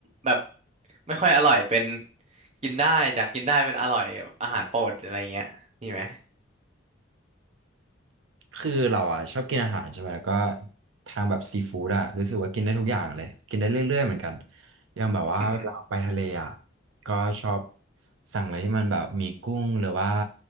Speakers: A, on the right; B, on the right.
A: แบบไม่ค่อยอร่อยเป็นกินได้จากกินได้เป็นอร่อยแบบอาหารโปรดอะไรเงี้ยมีไหม
B: คือเราอ่ะชอบกินอาหารใช่ไหมแล้วก็ทางแบบซีฟู้ดอ่ะรู้สึกว่ากินได้ทุกอย่างเลยกินได้เรื่อยๆเหมือนกันอย่างแบบว่าเวลาไปทะเลอ่ะ
A: อือฮึ
B: ก็ชอบสั่งอะไรที่มันแบบมีกุ้งหรือว่า